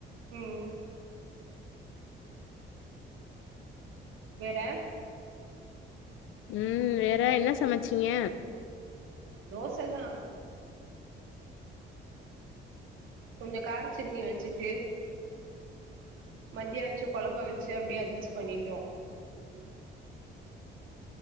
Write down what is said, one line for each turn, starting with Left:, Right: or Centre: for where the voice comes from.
Right: உம் வேற
Left: உம் வேற என்ன சமச்சீங்க
Right: தோசதா கொஞ்சோ கார சட்னி வெச்சுட்டு மத்தியோ வெச்ச குழம்பு வெச்சு அப்டியே அஜ்ஜஸ் பண்ணிட்டோ